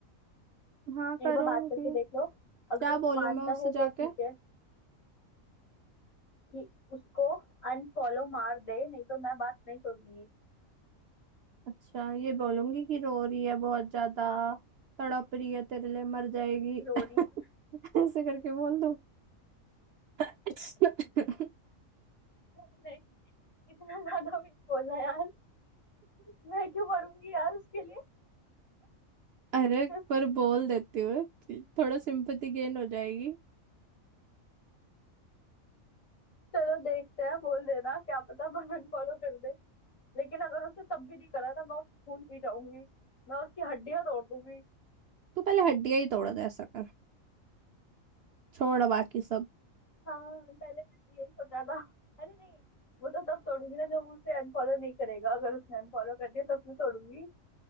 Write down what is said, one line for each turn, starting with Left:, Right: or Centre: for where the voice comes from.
Right: हाँ
Left: एक
Right: करूँगी
Left: बार बात करके देख लो अगर
Right: क्या
Left: वो
Right: बोलूँ
Left: मानता
Right: मैं उससे
Left: है
Right: जाके
Left: तो ठीक है कि उसको अनफॉलो मार दे नहीं तो मैं बात नहीं करूंगी
Right: अच्छा ये बोलूंगी कि रो रही है बहुत ज्यादा तड़प रही है तेरे लिए मर जाएगी
Left: रो
Right: <laughs>
Left: रही है
Right: ऐसे करके बोल दूँ <laughs>
Left: नहीं इतना ज्यादा भी नहीं बोलना यार मैं क्यों मरूंगी यार उसके
Right: अरे
Left: लिए
Right: पर बोल देती हूँ थोड़ा सिंपैथी गेन हो जाएगी
Left: चलो देखते हैं बोल देना क्या पता बहन फॉलो कर दे लेकिन अगर उसने तब भी नहीं करा ना मैं उसको खून पी जाऊंगी मैं उसकी हड्डियां तोड़ दूंगी
Right: तू पहले हड्डियां ही तोड़ दे ऐसा कर छोड़ बाकी सब
Left: हाँ पहले मैंने यही सोचा था अरे नहीं वो तो तब तोड़ूंगी ना जब वो उसे अनफॉलो नहीं करेगा अगर उसने अनफॉलो कर दिया तब मैं तोड़ूंगी